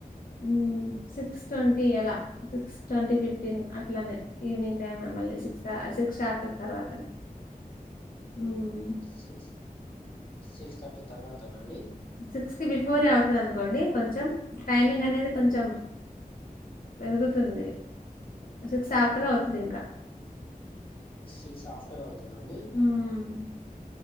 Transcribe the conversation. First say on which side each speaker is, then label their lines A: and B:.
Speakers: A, on the left (about 65°); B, on the left (about 35°).
A: ఉమ్ సిక్స్ ట్వంటీ అలా సిక్స్ ట్వంటీ ఫిఫ్టీన్ అట్లానే ఈవినింగ్ టైమె మళ్ళీ సిక్స్ ట సిక్స్ ఆఫ్టర్ తర్వాతనే ఊమ్
B: సిక్స్ సిక్స్ థట్టీ తర్వాతనండి
A: సిక్స్ కి బిఫోరే అవుతాదంకోండి కొంచం టైమింగ్ అనేది కొంచం పెరుగుతుంది సిక్స్ ఆఫ్టర్ అవ్తదింకా
B: సిక్స్ ఆఫ్టర్ అవ్తదండి
A: హ్మ్.